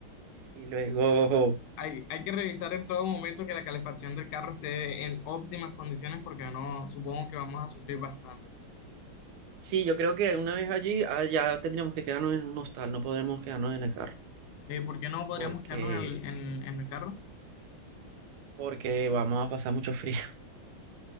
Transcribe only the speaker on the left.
Hay, hay que revisar en todo momento que la calefacción del carro esté en óptimas condiciones porque no, supongo que vamos a sufrir bastante.
Eh, ¿por qué no podríamos
quedarnos en el, en- en el carro?